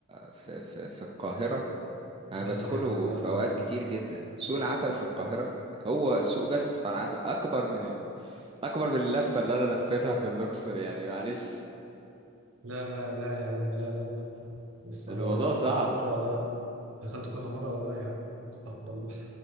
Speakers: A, on the right (about 25°); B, on the right (about 70°).
A: في في في القاهرة انا
B: بس
A: بدخله
B: يا عم لا
A: في
B: لا
A: اوقات
B: لا
A: كتير جدا سوق العتبة في القاهرة هو السوق بس بتاع العتبة اكبر من ال... اكبر من اللفة اللي انا لفيتها في اللوكسور يعني معلش
B: لا لا لا لا يا عم لا لا بص
A: الموضوع
B: انا دخلت
A: صعب
B: كذا مرة لا دخلت كذا مرة لا يا عم استغفر الله